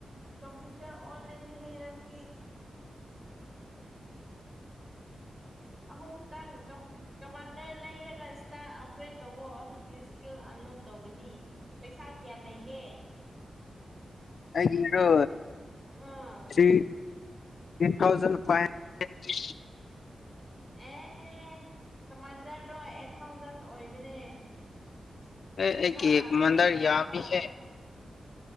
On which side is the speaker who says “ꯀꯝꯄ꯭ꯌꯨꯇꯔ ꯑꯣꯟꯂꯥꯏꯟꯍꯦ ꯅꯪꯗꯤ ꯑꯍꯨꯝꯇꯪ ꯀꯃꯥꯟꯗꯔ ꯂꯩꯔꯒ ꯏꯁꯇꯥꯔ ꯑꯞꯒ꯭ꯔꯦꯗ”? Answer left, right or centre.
Right